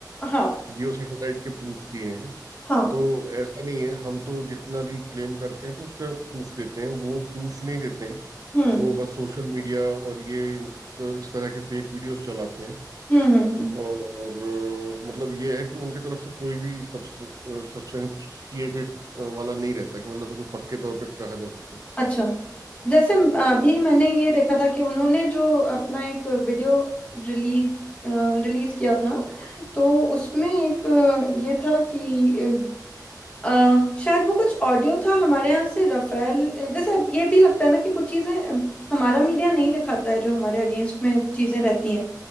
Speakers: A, on the left (about 15°); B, on the right (about 55°).
A: हाँ
B: geo satellite के प्रूफ दिए हैं
A: हाँ
B: तो ऐसा नहीं है हम तो जितना भी क्लेम करते हैं तो उसका प्रूफ देते हैं वो प्रूफ नहीं देते हैं
A: हम्म
B: वो बस सोशल मीडिया और ये इस इस तरह के फेक वीडियोस चलाते हैं
A: हम्म हम्म हम्म
B: और अ, मतलब ये है कि उनके तरफ से कोई भी सब्सटेंटिएटेड वाला नहीं रहता कि मतलब जो पक्के तौर पे कहा जा सके
A: अच्छा जैसे अ, अभी मैंने ये देखा था कि उन्होंने जो अपना एक वीडियो रिलीज रिलीज किया था तो उसमें एक अ, ये था कि अ, अ, शायद वो कुछ ऑडियो था हमारे यहाँ से रफेल जैसे अब ये भी लगता है ना कि कुछ चीज़ें अ, हमारा मीडिया नहीं दिखाता है जो हमारे अगेंस्ट में चीज़ें रहती हैं